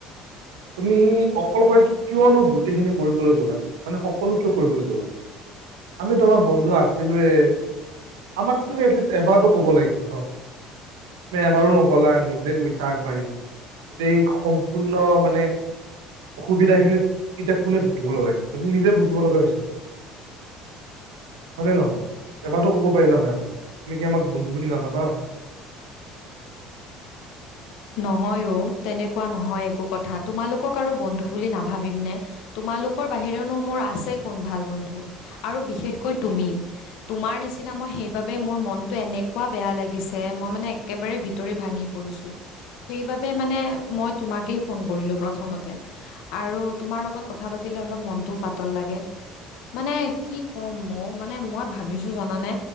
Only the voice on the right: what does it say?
তুমি অকলশৰ কি কিয়নো গোটেইখিনি কৰিবলৈ গ'লা? মানে সকলো কিয় কৰিবলৈ গ'লা? আমি তোমাৰ বন্ধু আছ ছিলোৱে, আমাক তুমি এটলিষ্ট এবাৰতো ক'ব লাগিছিল ন? নে এবাৰো নকলা নিজে গৈছা আগবাঢ়ি। এতিয়া এই সম্পূৰ্ণ মানে অসুবিধাখিনিত এতিয়া কোনে ভুগিব লগা হৈছে তুমি নিজে ভুগিব লগা হৈছে? হয়নে নহয়? এবাৰো কব পাৰিলা হয় আমাক তুমি কি আমাক বন্ধু বুলি নাভাবা।